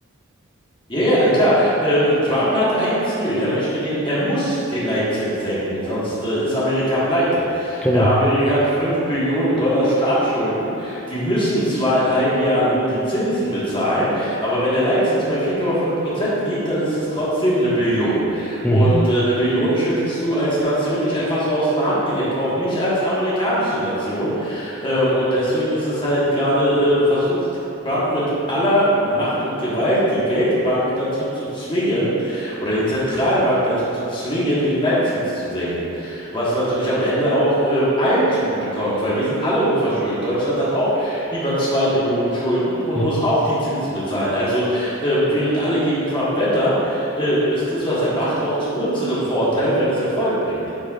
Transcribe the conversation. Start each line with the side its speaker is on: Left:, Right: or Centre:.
Left: Ja, ja, na klar. Ähm, Trump hat ein Ziel. Er möchte den, er muss den Leitzins senken, sonst äh, ist Amerika pleite.
Centre: Genau.
Left: Ja, Amerika hat 5 Billionen Dollar Staatsschulden. Die müssen zwar in einem Jahr nur die Zinsen bezahlen, aber wenn der Leitzins bei vier Komma fünf Prozent liegt, dann ist es trotzdem eine Billion.
Centre: Mhm.
Left: Und äh, eine Billion schüttelst du als Nation nicht einfach so aus dem Handgelenk, auch nicht als amerikanische Nation. Ähm, und deswegen ist es halt gerade äh, versucht, Trump mit aller Macht und Gewalt die Weltbank dazu zu zwingen oder die Zentralbank dazu zu zwingen, den Leitzins zu senken. Was natürlich am Ende auch ähm, allen zugutekommt, weil wir sind alle hochverschuldet. Deutschland hat auch über zwei Billionen Schulden und
Centre: Ja,
Left: muss auch die Zinsen bezahlen. Also ähm, während alle gegen Trump wettern, äh, ist das, was er macht, auch zu unserem Vorteil, wenn es Erfolg bringt.